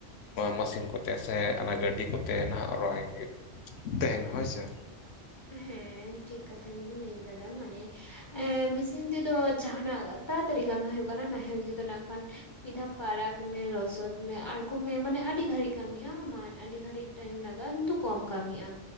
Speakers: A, on the left (about 70°); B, on the left (about 25°).
A: ᱢᱥᱤᱱ ᱠᱚ ᱪᱮᱫᱟᱜ ᱥᱮ ᱚᱱᱟ ᱜᱟᱹᱰᱤ ᱠᱚᱛᱮ ᱱᱟᱦᱟᱜ ᱨᱚᱦᱚᱭ ᱦᱩᱭᱩᱜ ᱛᱟᱦᱮᱱ ᱦᱳᱭᱥᱮ
B: ᱦᱮᱸ ᱴᱷᱤᱠ ᱠᱟᱛᱷᱟ ᱜᱮᱵᱮᱱ ᱞᱟᱹᱭ ᱠᱟᱫᱟ ᱢᱟᱱᱮ ᱮ ᱢᱮᱥᱤᱱ ᱛᱮᱫᱚ ᱡᱟᱦᱟᱱᱟᱜ ᱛᱟᱲᱟᱛᱟᱲᱤ ᱠᱟᱹᱢᱤ ᱦᱳᱭᱳᱜ ᱠᱟᱱᱟ ᱱᱟᱦᱮᱞ ᱛᱮᱫᱚ ᱱᱟᱜ ᱠᱷᱟᱱ ᱢᱤᱫ ᱫᱷᱟᱣ ᱯᱟᱨᱟᱠ ᱢᱮ ᱞᱚᱥᱚᱫ ᱢᱮ ᱟᱬᱜᱚᱢ ᱢᱮ ᱢᱟᱱᱮ ᱟᱹᱰᱤ ᱜᱷᱟᱹᱲᱤᱡ᱾ ᱠᱟᱹᱢᱤ-ᱟ ᱢᱟᱱ ᱟᱹᱰᱤ ᱜᱷᱟᱹᱲᱤᱡ ᱴᱟᱭᱤᱢ ᱞᱟᱜᱟᱜ-ᱟ ᱠᱤᱱᱛᱩ ᱠᱚᱢ ᱠᱟᱹᱢᱤᱜ-ᱟ